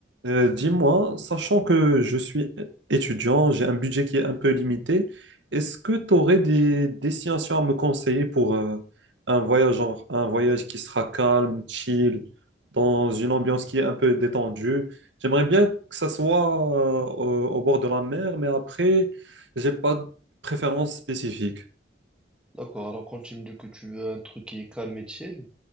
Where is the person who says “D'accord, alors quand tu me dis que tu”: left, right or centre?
Centre